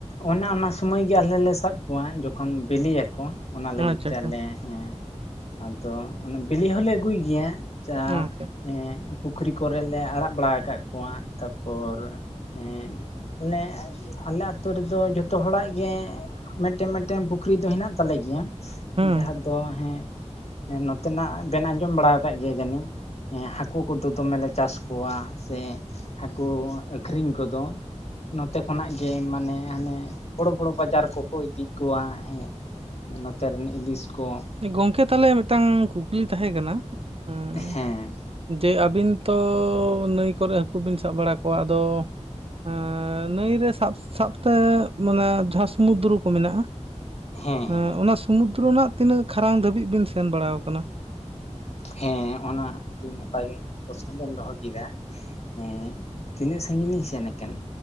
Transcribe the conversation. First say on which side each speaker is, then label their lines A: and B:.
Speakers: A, on the left; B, on the right.
A: ᱚᱱᱟ ᱚᱱᱟ ᱥᱚᱢᱟᱭ ᱜᱮ ᱟᱞᱦᱮ ᱞᱮ ᱥᱟᱵ ᱠᱚᱣᱟ ᱡᱚᱠᱷᱚᱱ ᱵᱤᱞᱤᱭᱟᱠᱚ, ᱚᱱᱟ
B: ᱟᱪᱪᱷᱟ
A: ᱞᱟᱹᱜᱤᱫ ᱛᱮ
B: ᱟᱪᱪᱷᱟ
A: ᱟᱞᱮ ᱦᱮᱸ ᱟᱫᱚ ᱚᱱᱮ ᱵᱤᱞᱤ ᱦᱚᱸᱞᱮ ᱟᱹᱜᱩᱭ ᱜᱮᱭᱟᱸ ᱾ ᱪᱟ
B: ᱟᱪᱪᱷᱟ
A: ᱼᱼ ᱮᱸᱜ ᱯᱩᱠᱷᱨᱤ ᱠᱚᱨᱮ ᱞᱮ ᱟᱲᱟᱜ ᱵᱟᱲᱟ ᱟᱠᱟᱜ ᱠᱚᱶᱟᱫ ᱛᱟᱯᱚᱨ ᱦᱮᱸᱫ ᱼᱼ ᱟᱞᱮᱸᱜ ᱟᱞᱮ ᱟᱹᱛᱩ ᱨᱮᱫᱚ ᱡᱚᱛᱚ ᱦᱚᱲᱟᱜ ᱜᱮᱸᱜ ᱼᱼ ᱢᱮᱫᱴᱮᱢ ᱢᱮᱫᱴᱮᱢ ᱯᱩᱠᱷᱨᱤ ᱫᱚ ᱦᱮᱱᱟᱜ ᱛᱟᱞᱮ ᱜᱮᱭᱟᱸ,
B: ᱦᱮᱸ
A: ᱡᱟᱦᱟᱸ ᱫᱚ ᱦᱮᱸ ᱦᱮᱸ ᱱᱚᱛᱮ ᱱᱟᱜ ᱵᱮᱱ ᱟᱸᱡᱚᱢ ᱵᱟᱲᱟ ᱟᱠᱟᱜ ᱜᱮᱭᱟ ᱡᱟᱹᱱᱤᱡ? ᱦᱮᱸ ᱦᱟᱹᱠᱩ ᱠᱚᱫᱚ ᱫᱚᱢᱮ ᱞᱮ ᱪᱟᱥ ᱠᱚᱶᱟ ᱥᱮᱸ ᱦᱟᱹᱠᱩ ᱟᱺᱠᱷᱨᱤᱧ ᱠᱚᱫᱚ ᱱᱚᱛᱮ ᱠᱷᱚᱱᱟᱜ ᱜᱮ ᱢᱟᱱᱮ ᱦᱟᱱᱮ, ᱵᱚᱲᱚ ᱵᱚᱲᱚ ᱵᱟᱡᱟᱨ ᱠᱚᱠᱚ ᱤᱫᱤ ᱠᱚᱣᱟ, ᱦᱮᱸ ᱾ ᱦᱮᱸ ᱱᱚᱛᱮ ᱨᱤᱱᱤᱡ ᱤᱞᱤᱥ ᱠᱚ ᱾
B: ᱩᱱᱤ ᱜᱚᱝᱠᱮ ᱛᱟᱞᱦᱮ ᱢᱤᱫᱴᱟᱝ ᱠᱩᱠᱞᱤ ᱛᱟᱦᱮᱸ ᱠᱟᱱᱟ? ᱦᱮᱸ
A: ᱮᱸᱦᱮᱢ ᱾
B: ᱡᱮ ᱟᱹᱵᱤᱱ ᱛᱚᱻ ᱱᱟᱹᱭ ᱠᱚᱨᱮᱜ ᱦᱟᱹᱠᱩ ᱵᱤᱱ ᱥᱟᱵ ᱵᱟᱲᱟ ᱠᱚᱣᱟ ᱟᱫᱚ ᱟᱸ ᱱᱟᱹᱭ ᱨᱮ ᱥᱟᱵ ᱥᱟᱵᱛᱮᱻ ᱢᱟᱱᱮ ᱡᱟᱦᱟᱸ ᱥᱩᱢᱩᱫᱽᱩᱨᱩ ᱠᱚ ᱢᱮᱱᱟᱜᱼᱟ
A: ᱦᱮᱸ ᱦᱮᱸ
B: ᱟᱸ ᱚᱱᱟ ᱥᱩᱢᱩᱫᱽᱨᱚ ᱨᱮᱱᱟᱜ ᱛᱤᱱᱟᱹᱜ ᱠᱷᱟᱨᱟᱝ ᱫᱷᱟᱹᱵᱤᱡ ᱵᱤᱱ ᱥᱮᱱ ᱵᱟᱲᱟᱣ ᱠᱟᱱᱟ?
A: ᱦᱮᱸ ᱚᱱᱟ ᱟᱹᱫᱤ ᱱᱟᱯᱟᱭ ᱯᱚᱥᱱᱚ ᱵᱮᱱ ᱫᱚᱦᱚ ᱠᱮᱫᱟ ᱾ ᱦᱮᱸ ᱛᱤᱱᱟᱹᱜ ᱥᱟᱺᱜᱤᱧ ᱞᱤᱧ ᱥᱮᱱ ᱟᱠᱟᱱᱟ?